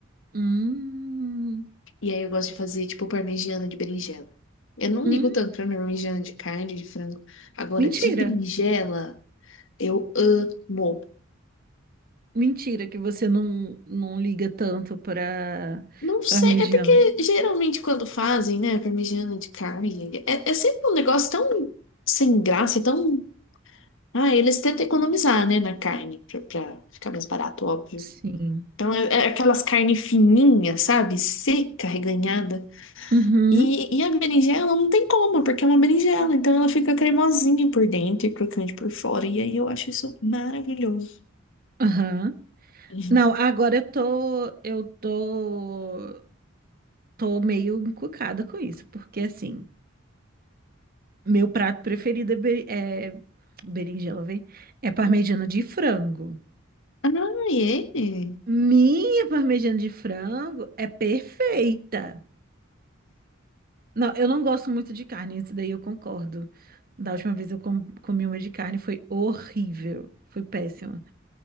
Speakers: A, on the right; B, on the left.
A: hum,
B: E aí eu gosto de fazer tipo parmegiana de berinjela. Eu não
A: hum.
B: ligo tanto pra parmegiana de carne, de frango. Agora,
A: Mentira.
B: de berinjela, eu amo.
A: Mentira que você não, não liga tanto para
B: Não sei,
A: parmegianas.
B: é porque geralmente quando fazem, né, parmegiana de carne, é, é sempre um negócio tão sem graça, tão. Ah, eles tentam economizar, né, na carne, pra, pra ficar mais barato, óbvio.
A: Sim.
B: Então é, é aquelas carnes fininhas, sabe? Seca, reganhada.
A: Uhum,
B: E, e a berinjela não tem como, porque é uma berinjela, então ela fica cremosinha por dentro e crocante por fora. E aí eu acho isso maravilhoso.
A: aham.
B: <laughs>
A: Não, agora eu tô, eu tô, tô meio encucada com isso, porque assim, meu prato preferido é, beri- é berinjela, vem? É parmegiana de frango.
B: Ah, é?
A: Minha parmegiana de frango é perfeita. Não, eu não gosto muito de carne, isso daí eu concordo. Da última vez eu com- comi uma de carne, foi horrível, foi péssima.